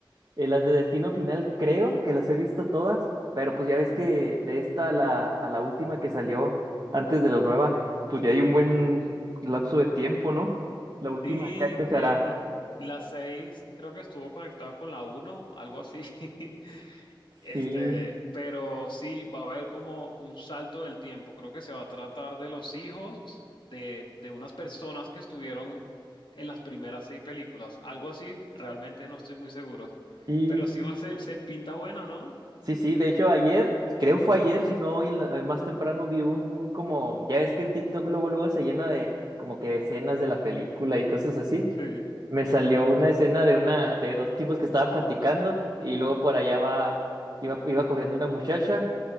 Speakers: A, on the right; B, on the left.
A: eh, las de Destino Final creo que las he visto todas, pero pues ya ves que de esta a la, a la última que salió antes de la nueva, pues ya hay un buen lapso de tiempo, ¿no? La última
B: Sí,
A: que años
B: eh,
A: hará.
B: la 6 creo que estuvo conectada con la uno, algo así. <laughs> Este,
A: Sí,
B: pero sí, va a haber como un salto del tiempo. Creo que se va a tratar de los hijos de, de unas personas que estuvieron en las primeras seis películas. Algo así, realmente no estoy muy seguro.
A: sí.
B: Pero sí va a ser, se pinta buena, ¿no?
A: Sí, sí, de hecho ayer, creo fue ayer, si no hoy en la- más temprano vi un como, ya ves que en TikTok luego luego se llena de como que escenas de la película y cosas así.
B: Sí.
A: Me salió una escena de una de dos tipos que estaban platicando y luego por allá va iba iba corriendo una muchacha